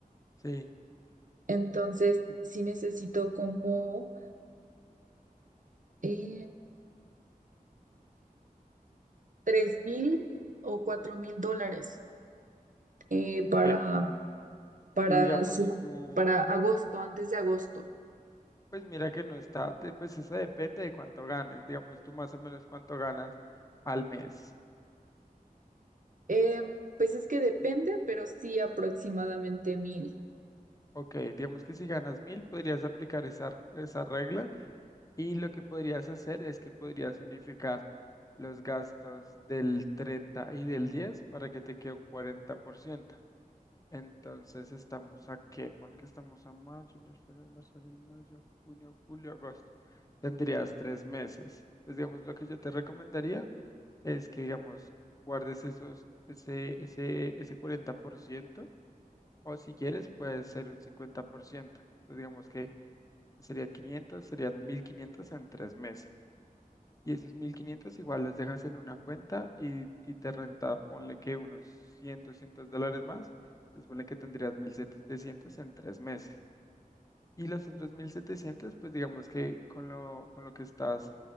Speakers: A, on the left; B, on the right.
A: Sí,
B: Entonces, sí necesito como eh, tres mil o cuatro mil dólares eh,
A: ok.
B: para, para,
A: Y digamos
B: se-
A: tú,
B: para agosto, antes de agosto.
A: pues mira que no está, de- pues eso depende de cuánto ganes. Digamos tú más o menos cuánto ganas al mes.
B: Em, pues es que depende, pero sí aproximadamente mil.
A: Ok, digamos que si ganas mil, podrías aplicar esa, esa regla y lo que podrías hacer es que podrías unificar los gastos del 30 y del 10 para que te quede un 40%. Entonces estamos a qué, pon que estamos a mayo, enero, febrero, marzo, abril, mayo, junio, julio, agosto. Tendrías tres meses. Entonces, digamos, lo que yo te recomendaría es que, digamos, guardes esos, ese, ese, ese 40%. O si quieres, puede ser un cincuenta por ciento pues digamos que serían quinientos serían 1500 en tres meses. Y esos 1500 igual los dejas en una cuenta y, y te renta, ponle que unos 100 200 dólares más. Entonces, ponle que tendrías 1700 en tres meses. Y los otros 1700 pues digamos que con lo, con lo que estás